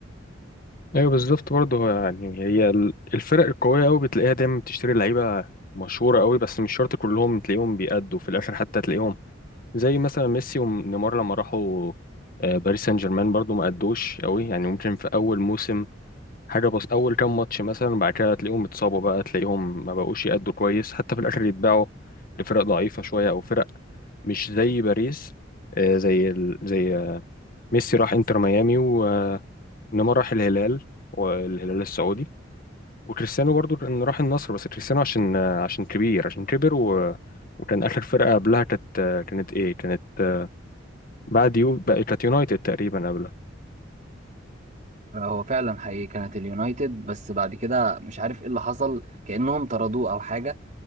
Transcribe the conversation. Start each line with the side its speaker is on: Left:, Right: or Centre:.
Left: ايوه بالظبط برضه هو يعني هي ال- الفرق القويه قوي بتلاقيها دايما بتشتري لعيبه مشهوره قوي بس مش شرط كلهم تلاقيهم بيأدوا في الاخر حتى تلاقيهم زي مثلا ميسي ونيمار لما راحوا آه، باريس سان جيرمان برضه ما أدوش قوي يعني ممكن في اول موسم حاجة بس أول كام ماتش مثلا بعد كده تلاقيهم اتصابوا بقى تلاقيهم ما بقوش يأدوا كويس حتى في الآخر يتباعوا لفرق ضعيفة شوية أو فرق مش زي باريس آه، زي ال... زي آه، ميسي راح انتر ميامي ونيمار راح الهلال والهلال السعودي وكريستيانو برضو إن راح النصر بس كريستيانو عشان آه، عشان كبير عشان كبر و... وكان آخر فرقة قبلها كانت آه، كانت إيه كانت آه، بعد يو بقى كانت يونايتد تقريبا قبلها
Right: هو فعلا حقيقي كانت اليونايتد بس بعد كده مش عارف ايه اللي حصل كأنهم طردوه او حاجة